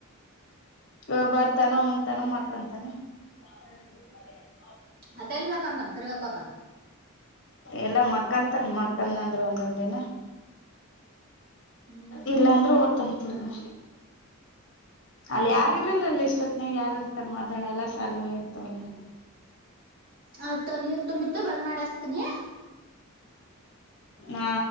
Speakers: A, on the left; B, on the right.
A: ಇವಾಗ ಬರ್ತಾನ ಉಣ್ತಾನ ಮಕ್ಕಂತಾನ. <unintelligible>
B: ಅದೆಲ್ಲ ಮಕ್ಕತನ ತಿರ್ಗಾಕ್ಕೋತಾ.
A: ಎಲ್ಲಾ ಮಕ್ಕಂತನ್ ಮಕ್ಕನ್ ಅಂದ್ರೆ ಒಂದೊಂದು ದಿನ.
B: ಹ್ಮ್
A: ಇಲ್ಲಾಂದ್ರೆ ಓದ್ತಂತಿಲ್ವ.
B: ಹ್ಮ್
A: ಅಲ್ಲಿ ಯಾರು
B: ಹ್ಮ್
A: ಇರಲ್ಲ ಅಲ್ಲಿ ಇಷ್ಟೊತ್ತನಿಗೆ ಯಾರು ಇರ್ತಾರೆ ಮಾತಣ ಎಲ್ಲಾ ಸಾಲಿಗೆ ಹೋಗಿರ್ತವ ಅಲ್ಲಿ.
B: ಆಯ್ತು ನೀರು ತುಂಬಿತ್ತು ಬಂದ್ ಮಾಡಸ್ತೀನಿ.
A: ಹಾ